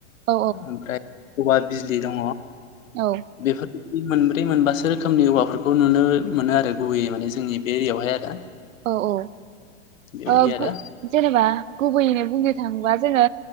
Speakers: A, on the right; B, on the left.
A: औ
B: ओमफ्राय‌ बबेबा बिजलीदङ।
A: औ
B: बेफोर बे मोनब्रै मोनबासो रोखोमनि औवाफोरखौ नुनो मोनो आरो गुबैयै माने जोंनि बे एरियायावहाय आरो।
A: औ औ।
B: बेबायदि
A: ओ गु
B: आरो
A: जेनेबा गुबैयैनो बुंनो थाङोबा जोङो